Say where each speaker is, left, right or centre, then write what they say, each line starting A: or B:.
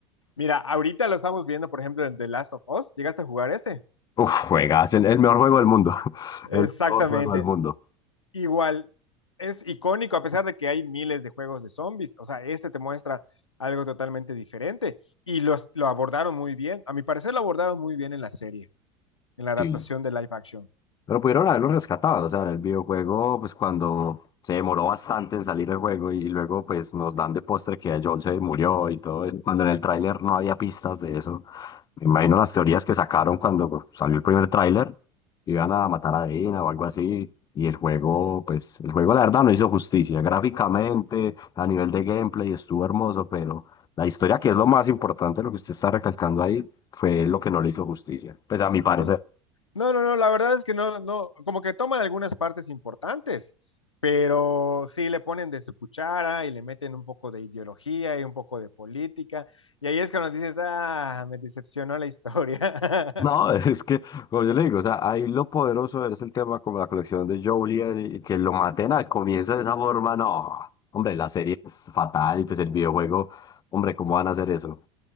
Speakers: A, on the left; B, on the left.
A: Mira, ahorita lo estamos viendo, por ejemplo, en The Last of Us. ¿Llegaste a jugar ese?
B: Uf, juegas, el, el mejor juego del mundo. <laughs>
A: Exactamente.
B: El mejor juego del mundo.
A: Igual, es icónico, a pesar de que hay miles de juegos de zombies. O sea, este te muestra algo totalmente diferente. Y los, lo abordaron muy bien. A mi parecer lo abordaron muy bien en la serie. en la adaptación
B: Sí.
A: de live action.
B: Pero pudieron haberlo rescatado, o sea, el videojuego, pues cuando se demoró bastante en salir el juego y luego pues nos dan de postre que John se murió y todo eso, cuando en el tráiler no había pistas de eso. Me imagino las teorías que sacaron cuando salió el primer tráiler, iban a matar a Dina o algo así, y el juego, pues el juego la verdad no hizo justicia, gráficamente, a nivel de gameplay estuvo hermoso, pero la historia, que es lo más importante, lo que usted está recalcando ahí, fue lo que no le hizo justicia, pues a mi parecer.
A: Mm, No, no, no, la verdad es que no, no, como que toman algunas partes importantes, pero sí le ponen de su cuchara y le meten un poco de ideología y un poco de política, y ahí es cuando dices, ah, me decepcionó la historia. <laughs>
B: No, <laughs> es que, como yo le digo, o sea, ahí lo poderoso es el tema como la colección de Jolie y que lo maten al comienzo de esa forma, no. Hombre, la serie es fatal y pues el videojuego, hombre, ¿cómo van a hacer eso?